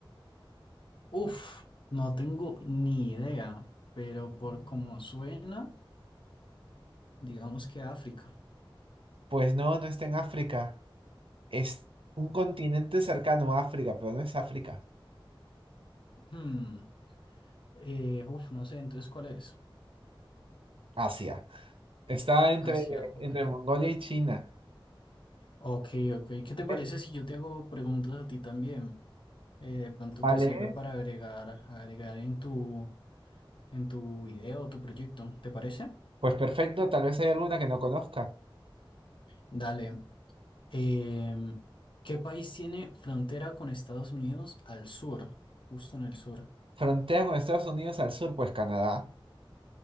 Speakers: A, on the left; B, on the right.
A: Uf, no tengo ni idea, pero por cómo suena, digamos que África.
B: Pues no, no está en África. Es un continente cercano a África, pero no es África.
A: Hmm, eh, uf, no sé, entonces, ¿cuál es?
B: Asia. Está entre,
A: Asia, ok.
B: entre Mongolia y China.
A: Ok, ok. ¿Qué te parece
B: Eh,
A: si yo te hago preguntas a ti también? Eh, de pronto
B: Vale,
A: te sirve para agregar, agregar en tu, en tu video o tu proyecto, ¿te parece?
B: pues perfecto, tal vez hay alguna que no conozca.
A: Dale. Em, ¿qué país tiene frontera con Estados Unidos al sur? Justo en el sur.
B: Frontea con Estados Unidos al sur, pues Canadá.